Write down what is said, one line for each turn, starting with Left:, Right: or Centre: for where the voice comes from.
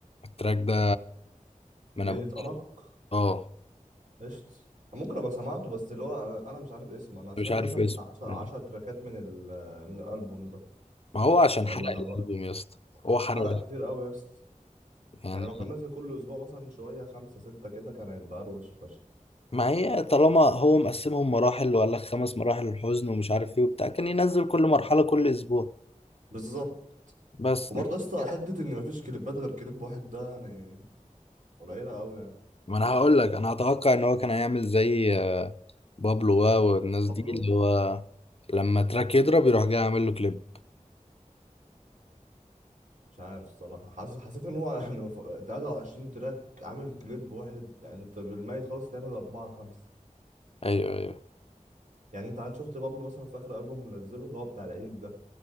Left: التراك ده من
Right: ليلة
Left: ابو
Right: أرق
Left: اه
Right: قشط ممكن ابقى سمعته بس اللي هو انا أنا مش عارف اسمه انا سمعت
Left: مش عارف
Right: مثلا
Left: اسمه
Right: بتاع 10
Left: يعني
Right: 10 تراكات من ال من الالبوم ده
Left: ما هو عشان
Right: والله
Left: حرق الألبوم
Right: هو
Left: يا اسطى هو حرق
Right: حرق كتير قوي يا اسطى
Left: يعني
Right: يعني لو كان نازل كل اسبوع مثلا شويه خمسة ستة كده كان هيبقى اروش فشخ
Left: ما هي طالما هو مقسمهم مراحل وقال لك خمس مراحل الحزن ومش عارف ايه وبتاع كان ينزل كل مرحلة كل أسبوع
Right: بالظبط
Left: بس
Right: وبرضه يا اسطى حته ان مفيش كليبات غير كليب واحد ده يعني قليله قوي يعني
Left: ما انا هقول لك انا اتوقع ان هو كان هيعمل زي بابلو واو والناس
Right: بابلو
Left: دي اللي هو لما تراك يضرب يروح جاي عامل له كليب
Right: مش عارف الصراحة حاسس حسيت ان هو <laughs> يعني ف- 23 تراك عامل كليب واحد يعني انت بالميت خالص تعمل أربعة خمسة
Left: ايوه ايوه
Right: يعني انت عن شفت بابلو مثلا في آخر ألبوم منزله اللي هو بتاع العيد ده اللي